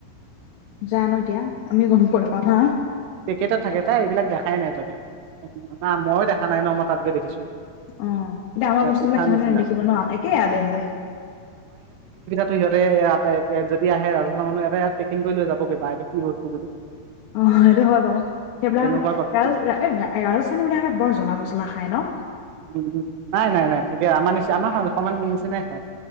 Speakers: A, on the left; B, on the right.
A: য নো এতিয়া আমি গম প নাপাওঁ হা
B: পেকেট থাকো এইবিলাক দো দোই নাই তাতে না মইো দেখা নাই ন মই তাত গৈ দেখিছো
A: অ এতিয়া আমাৰ বস্তুবিলাক
B: পিঠা
A: সিহঁতে
B: নিচিনা
A: নেদেখিব ন একেই আৰু দেহ ব দে
B: ত সিহঁতে ইতে যদি আহে ৰাজহুৱা মানুহ ইয়াতে ই পেকিং কৰি লৈ যাবগৈ বা এইটো কি বস্তু বুলি
A: অ সেইটো হয় বাৰু সেইবিলাক
B: তেনেকুৱা কথা
A: ৰাজ ৰাজস্থানী বুলি কলে বৰ জ্বলা মছলা খায় ন
B: উম উম নাই নাই নাই ঠিকে জামা নিচি আমাৰ হয় অকমান নিচিনাই হয়